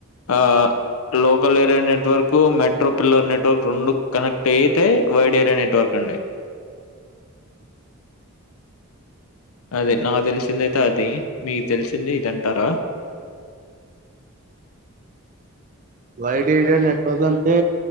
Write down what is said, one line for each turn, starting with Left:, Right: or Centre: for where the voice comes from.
Left: ఆ local area network metro pillar network రెండు కనెక్ట్ అయితే వైడ్ ఏరియా నెట్వర్క్ అండి అదే నాకు తెలిసిందయితే అది మీకు తెలిసింది ఇదంటారా
Right: వైడ్ ఏరియా నెట్వర్క్ అంటే